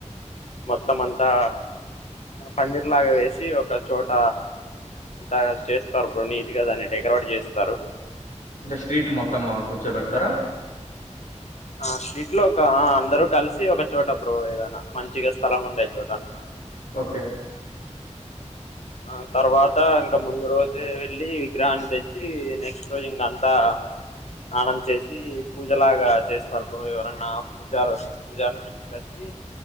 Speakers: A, on the left (about 65°); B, on the left (about 85°).
A: మొత్తం అంతా పందిర్ లాగా వేసి ఒక చోట అంతా చేస్తారు బ్రో నీట్గా దాన్ని డెకరేట్ చేస్తారు.
B: అంటే స్ట్రీట్ మొత్తమ్ కూర్చోబెడతారా
A: ఆ షీట్ లో ఒక అందరూ కలిసి ఒక చోట బ్రో ఏదనా మంచిగా స్థలం ఉండే చోట అనమాట.
B: ఓకే
A: ఆ తర్వాత ఇంకా ముందు రోజే వెళ్ళి విగ్రహాన్ని తెచ్చి నెక్స్ట్ రోజు ఇంక అంతా స్నానం చేసి పూజలాగా చేస్తారు బ్రో ఎవరన్నా పూజ వస్ పూజారిని పిల్చుకొచ్చి.